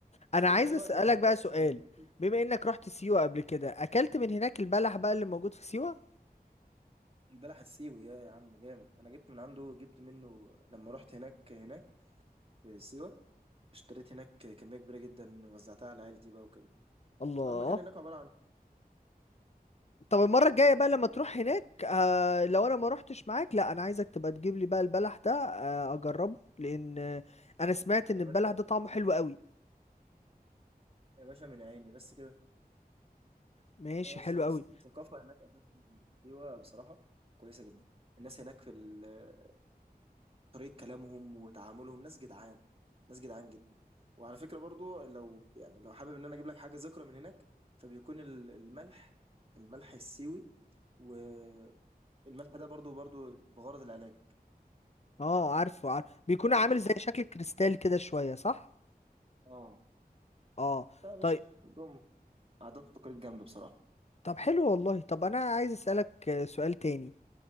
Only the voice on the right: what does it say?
وقريبة
زي ما قلت
لك
من
البلح السيوي يا عم جامد أنا جبت من عنده جبت منه لما رحت هناك هناك في سيوة اشتريت هناك كمية كبيرة جدا وزعتها على عيلتي بقى وكده
أول مكان هناك عبارة عن
يا باشا
يا باشا من عيني بس كده
اه
الث-
الث- الثقافة هناك أساسا سيوة بصراحة كويسة جدا الناس هناك في ال- طريقة كلامهم وتعاملهم ناس جدعان ناس جدعان جدا وعلى فكرة برضو لو يعني لو حابب إن أنا أجيب لك حاجة ذكرى من هناك فبيكون ال- الملح الملح السيوي والملح ده برضو برضو بغرض العلاج
عندهم
اه
لا يا باشا
عندهم عادات وتقاليد جامدة بصراحة